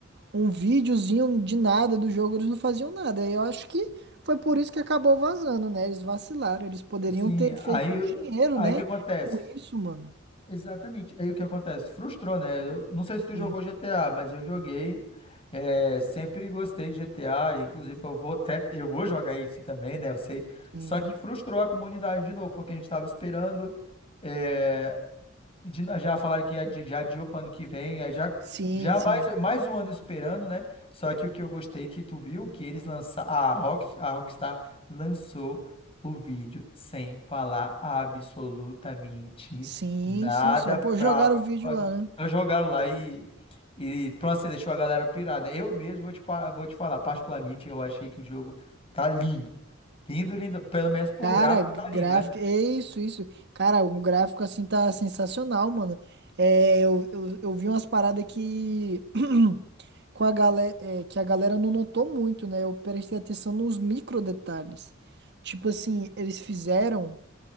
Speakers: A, on the right; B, on the left.
A: um videozinho de nada do jogo, eles não faziam nada. Eu acho que foi por isso que acabou vazando, né? Eles vacilaram, eles poderiam
B: assim,
A: ter feito
B: aí,
A: dinheiro,
B: aí
A: né?
B: o que acontece?
A: Com isso, mano.
B: Exatamente. Aí o que acontece? Frustrou, né? Eu não sei se tu
A: Sim,
B: jogou GTA, mas eu joguei. É, sempre gostei de GTA, inclusive eu vou até, eu vou jogar esse também, né? Eu sei.
A: sim,
B: Só que frustrou a comunidade de novo, porque a gente estava esperando. eh, e de- já falaram que adi- já adiou para ano que vem, aí já,
A: sim,
B: já
A: sim,
B: mais, mais um ano esperando, né? Só que o que eu gostei que tu viu, que eles lançaram, a Rock, a Rockstar lançou o vídeo sem falar absolutamente
A: sim,
B: nada
A: sim. Só pô,
B: pra...
A: jogaram o vídeo lá, né?
B: Só jogaram lá e, e pronto, assim, deixou a galera pirada. Eu mesmo vou te, pa- vou te falar, particularmente eu achei que o jogo tá lindo. Lindo, lindo. Pelo menos por
A: Cara,
B: gráfico
A: g-
B: tá
A: gráfico,
B: lindo, né?
A: é isso, isso. Cara, um gráfico assim tá sensacional, mano. É, eu, eu, eu vi umas paradas que <clears throat> com a galera, que a galera não notou muito, né? Eu prestei atenção nos micro detalhes. Tipo assim, eles fizeram.